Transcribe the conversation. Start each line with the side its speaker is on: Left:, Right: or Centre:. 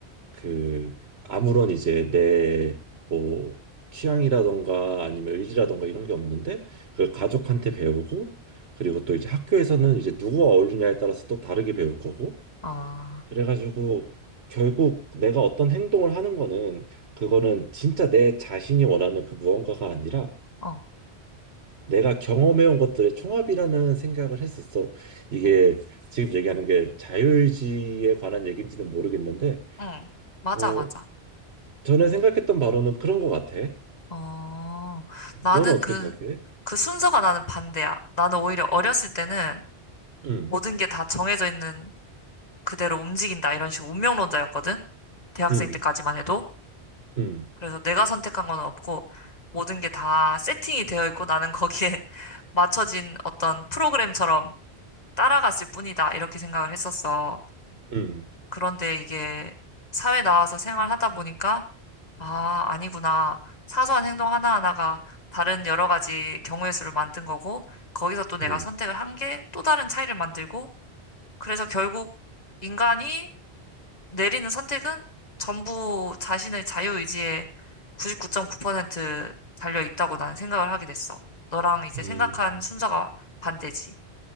Right: 그 아무런 이제 내 뭐 취향이라던가 아니면 의지라던가 이런 게 없는데 그걸 가족한테 배우고 그리고 또 이제 학교에서는 이제 누구와 어울리냐에 따라서 또 다르게 배울 거고
Left: 어,
Right: 그래가지고 결국 내가 어떤 행동을 하는 거는 그거는 진짜 내 자신이 원하는 그 무언가가 아니라
Left: 어,
Right: 내가 경험해온 것들의 총합이라는 생각을 했었어. 이게
Left: 어,
Right: 지금 얘기하는 게 자유의지에 관한 얘기인지는 모르겠는데
Left: 응, 맞아,
Right: 어,
Left: 맞아.
Right: 전에 생각했던 바로는 그런 것 같아.
Left: 어, 나는
Right: 너는 어떻게
Left: 그,
Right: 생각해?
Left: 그 순서가 나는 반대야. 나는 오히려 어렸을 때는
Right: 응,
Left: 모든 게 다 정해져 있는 그대로 움직인다. 이런 식으로 운명론자였거든. 대학생
Right: 응,
Left: 때까지만 해도.
Right: 응,
Left: 그래서 내가 선택한 건 없고, 모든 게 다 세팅이 되어 있고, 나는 거기에 <laughs> 맞춰진 어떤 프로그램처럼 따라갔을 뿐이다. 이렇게 생각을 했었어.
Right: 응,
Left: 그런데 이게 사회 나와서 생활하다 보니까, 아, 아니구나. 사소한 행동 하나하나가 다른 여러 가지 경우의 수를 만든 거고, 거기서 또 내가
Right: 응,
Left: 선택을 한 게 또 다른 차이를 만들고, 그래서 결국 인간이 내리는 선택은 전부 자신의 자유의지에 99.9% 달려 있다고 나는 생각을 하게 됐어. 너랑 이제
Right: 응
Left: 생각한 순서가 반대지.